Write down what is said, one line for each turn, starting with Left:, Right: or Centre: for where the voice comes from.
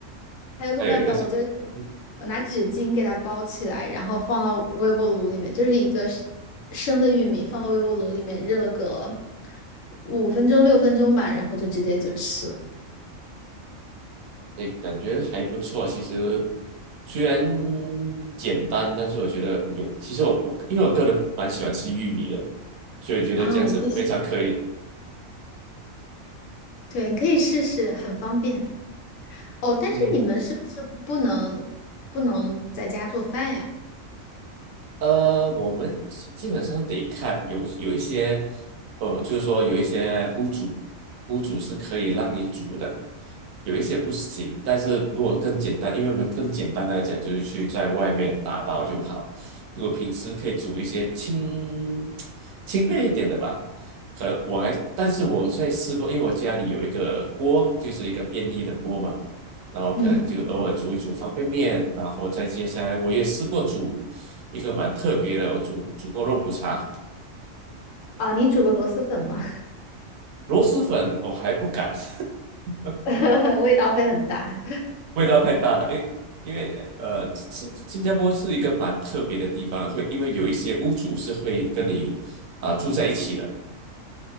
Left: 还有个办法，
Right: 还有一个什么？
Left: 我就
Right: 嗯哼，
Left: 我拿纸巾给它包起来，然后放到微波炉里面，就是一个生生的玉米放到微波炉里面热个五分钟六分钟吧，然后就直接就吃了。
Right: 哎，感觉还不错。其实虽然简单，但是我觉得有。其实我我因为我个人蛮喜欢吃玉米的，所以觉得这样子非常可以。
Left: 啊，我也是，对，你可以试试，很方便哦。但是你们是不是不能不能在家做饭呀？
Right: 嗯。呃，我们基基本上得看有有一些，呃，就是说有一些屋主，屋主是可以让你煮的，有一些不行。但是如果更简单，因为我们更简单来讲，就是去在外面打包就好。如果平时可以煮一些轻 <tsk> 轻便一点的吧，可能我还，但是我在试过，因为我家里有一个锅，就是一个便利的锅嘛。然后可能就偶尔煮一煮方便面，
Left: 嗯，
Right: 然后再接下来我也试过煮。一个蛮特别的哦，我煮煮过肉骨茶，
Left: 啊，你煮过螺蛳粉吗？
Right: 螺蛳粉我还不敢，<laughs>
Left: <laughs> 味道会很大。
Right: 味道太大了。因因为呃，新新加坡是一个蛮特别的地方，会因为有一些屋主是会跟你啊、住在一起的，